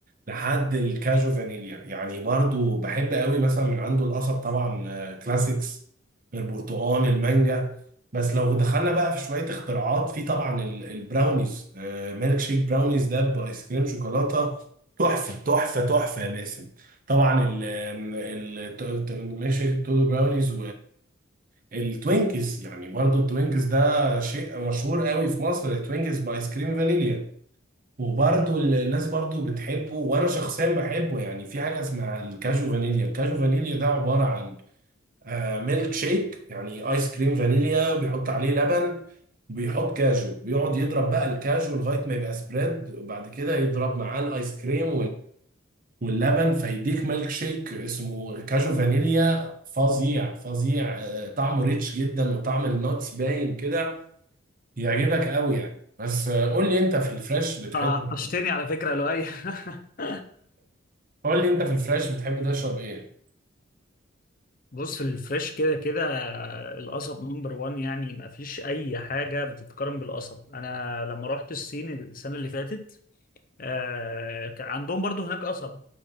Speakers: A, on the right; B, on the left.
A: لحد الكاجو فانيليا يعني برضو بحب قوي مثلا من عنده القصب طبعا آه، كلاسيكس البرتقال المانجا بس لو دخلنا بقى في شوية اختراعات في طبعا ال- البراونيز آه، ميلك شيك براونيز ده بآيس كريم شوكولاتة تحفة تحفة تحفة يا باسم طبعا ال ال- الت- الت- ميلك شيك تودو براونيز التوينكس يعني برضو التوينكس ده شيء مشهور قوي في مصر التوينكس بايس كريم فانيليا وبرضو الناس برضو بتحبه وانا شخصيا بحبه يعني في حاجة اسمها الكاجو فانيليا الكاجو فانيليا ده عبارة عن آه، ميلك شيك يعني ايس كريم فانيليا بيحط عليه لبن بيحط كاجو بيقعد يضرب بقى الكاجو لغاية ما يبقى سبريد وبعد كده يضرب معاه الايس كريم واللبن فيديك ميلك شيك اسمه كاجو فانيليا فظيع فظيع آه، طعمه ريتش جدا وطعم النوتس باين كده يعجبك قوي يعني بس آه، قول لي انت في الفريش بتحب
B: آه،
A: إيه؟
B: طشتني على فكرة يا لؤي <laughs>
A: قول لي انت في الفريش بتحب تشرب ايه
B: بص في الفريش كده كده آه، القصب نمبر 1 يعني ما فيش أي حاجة بتتقارن بالقصب أنا لما رحت الصين السنة اللي فاتت آه، كان عندهم برضو هناك قصب